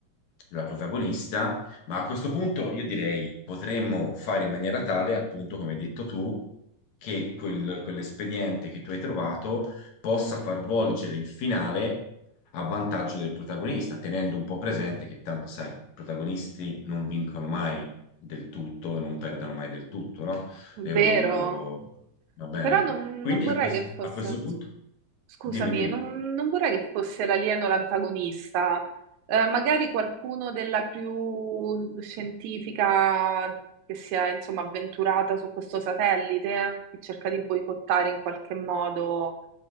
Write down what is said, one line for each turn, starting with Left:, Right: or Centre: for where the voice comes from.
Left: la protagonista, ma a questo punto io direi potremmo fare in maniera tale, appunto, come hai detto tu, che quel- quell'espediente che tu hai trovato possa far volgere il finale a vantaggio del protagonista, tenendo un po' presente che tanto sai, i protagonisti non vincono mai del tutto e non perdono mai del tutto, no?
Right: Vero?
Left: Le loro, le loro- Va bene?
Right: Però non
Left: Quindi
Right: non vorrei
Left: a questo,
Right: che fosse.
Left: a questo punto,
Right: Scusami,
Left: dimmi, dimmi.
Right: non, non vorrei che fosse l'alieno l'antagonista. Eh, magari qualcuno della crew scientifica che si è, insomma, avventurata su questo satellite, che cerca di boicottare in qualche modo,